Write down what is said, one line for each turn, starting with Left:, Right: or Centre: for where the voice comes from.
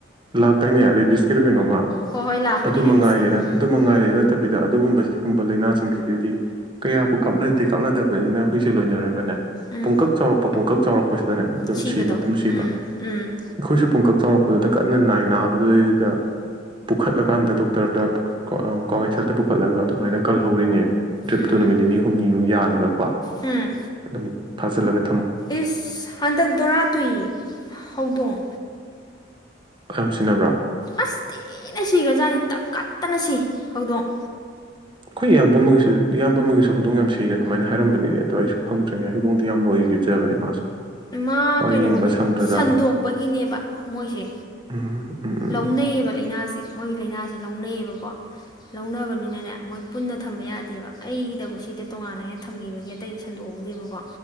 Right: ꯂꯥꯛꯇꯥꯏꯅꯦ ꯔꯦꯕꯤꯁꯀꯤꯔꯥ ꯀꯩꯅꯣꯝꯃ
Left: ꯍꯣꯏ ꯍꯣꯏ ꯂꯥꯛꯄꯅꯦ
Right: ꯑꯗꯨ
Left: ꯔꯦꯕꯤꯁꯀꯤ
Right: ꯃꯉꯥꯏꯔꯦ ꯅ ꯑꯗꯨ ꯃꯉꯥꯏꯔꯦ
Left: ꯎꯝ
Right: ꯅꯠꯇꯕꯤꯗ ꯑꯗꯨꯒꯨꯝꯕ ꯁꯤꯒꯨꯝꯕ ꯂꯩꯥꯏꯅꯥꯁꯤꯡꯁꯤꯒꯤꯗꯤ ꯀꯌꯥꯕꯨ ꯀꯥꯞꯅꯗꯦ ꯀꯥꯞꯅꯗꯕꯩꯅꯤꯅ ꯍꯨꯏꯁꯦ ꯂꯣꯏꯅꯔꯒꯅꯦ
Left: ꯎꯝ
Right: ꯄꯨꯡꯀꯛ ꯆꯥꯎꯔꯛꯄ ꯄꯨꯡꯀꯛ ꯆꯥꯎꯔꯛꯄꯁꯤꯗꯅꯦ ꯑꯗꯨꯝ
Left: ꯁꯤꯕꯗꯣ
Right: ꯁꯤꯕ ꯑꯗꯨꯝ ꯁꯤꯕ
Left: ꯎꯝ ꯎꯝ
Right: ꯑꯩꯈꯣꯏꯁꯨ ꯄꯨꯡꯀꯛ ꯆꯥꯎꯔꯛꯄꯗꯨꯗ ꯀꯟꯅ ꯅꯥꯏ ꯅꯥꯕꯗꯨꯗꯩꯗꯨꯗ ꯄꯨꯈꯠꯂꯀꯥꯟꯗ ꯗꯣꯛꯇꯔꯗ ꯄꯨ ꯀ ꯀ꯭ꯋꯥ ꯀꯩꯊꯦꯜꯗ ꯄꯨꯈꯠꯂꯒ ꯑꯗꯨꯃꯥꯏꯅ ꯀꯜꯍꯧꯔꯤꯅꯦ ꯑꯗꯨ
Left: ꯎꯝ
Right: ꯅꯨꯃꯤꯠ ꯅꯤꯅꯤ ꯍꯨꯝꯅꯤꯃꯨꯛ ꯌꯥꯜꯂꯒꯀꯣ
Left: ꯎꯝ
Right: ꯑꯗꯨ ꯐꯥꯖꯜꯂꯒ
Left: ꯏꯁ ꯍꯟꯗꯛ ꯗꯣꯔꯥ ꯇꯨꯏ ꯍꯧꯗꯣꯡ
Right: ꯈꯌꯥꯝ ꯁꯤꯅꯕ꯭ꯔꯣ
Left: ꯑꯁ ꯊꯤꯅ ꯁꯤꯒ꯭ꯔꯖꯥꯅꯤ ꯇꯛ ꯈꯠꯇꯅ ꯁꯤ ꯍꯧꯗꯣꯡ
Right: ꯑꯩꯈꯣꯏ ꯏꯌꯥꯝꯕ ꯑꯃꯒꯤꯁꯨ ꯏꯌꯥꯝꯕ ꯑꯃꯒꯤꯁꯨ ꯍꯧꯗꯣꯡ ꯌꯥꯝ ꯁꯤꯅ ꯑꯗꯨꯃꯥꯏꯅ ꯍꯥꯏꯔꯝꯕꯅꯤꯅꯦ ꯑꯗꯣ ꯑꯩꯁꯨ ꯈꯪꯗ꯭ꯔꯦꯅꯦ ꯍꯧꯗꯣꯡꯇꯤ ꯌꯥꯝ ꯂꯣꯏꯒꯖꯕꯅꯦ ꯃꯥꯁꯨ
Left: ꯃꯥ ꯀꯩꯅꯣꯅꯦꯕ
Right: ꯌꯦꯡꯕ ꯁꯪꯗ꯭ꯔꯖꯥꯠꯂꯥ
Left: ꯁꯟꯗꯣꯛꯄꯒꯤꯅꯦꯕ ꯃꯣꯏꯁꯦ
Right: ꯎꯝ ꯎꯝ ꯎꯝ
Left: ꯂꯧꯅꯩꯌꯦꯕ ꯂꯩꯅꯥꯁꯦ ꯃꯣꯏꯒꯤ ꯂꯩꯅꯥꯁꯦ ꯂꯧꯅꯩꯌꯦꯕꯀꯣ ꯂꯧꯅꯕꯅꯤꯅꯅꯦ ꯃꯣꯏ ꯄꯨꯟꯅ ꯊꯝꯕ ꯌꯥꯗꯦꯕ ꯑꯩꯒꯤꯗꯕꯨ ꯁꯤꯗ ꯇꯣꯉꯥꯟꯅ ꯑꯩꯅ ꯊꯝꯈꯤꯕꯒꯤ ꯑꯇꯩꯗꯤ ꯁꯟꯗꯣꯛꯍꯧꯗꯦꯕꯀꯣ